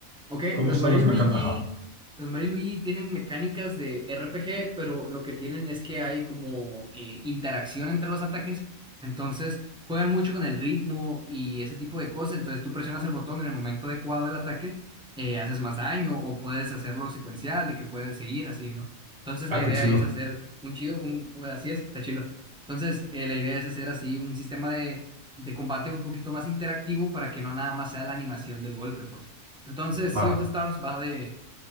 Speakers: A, in the centre; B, on the right.
A: Ok,
B: ¿Cómo
A: los
B: son
A: Mario
B: las
A: y Luigi,
B: mecánicas? Ajá.
A: los Mario y Luigi tienen mecánicas de RPG, pero lo que tienen es que hay como eh, interacción entre los ataques, entonces juegan mucho con el ritmo y ese tipo de cosas, entonces tú presionas el botón en el momento adecuado del ataque, eh, haces más daño o puedes hacerlo secuencial, de que puedes seguir así, ¿no? Entonces la
B: Ah,
A: idea
B: qué chido.
A: es hacer un chido, un, un- así es, está chido. Entonces eh, la idea es hacer así un sistema de, de combate un poquito más interactivo para que no nada más sea la animación del golpe, pues. Entonces,
B: Ah,
A: Sea of Stars va de...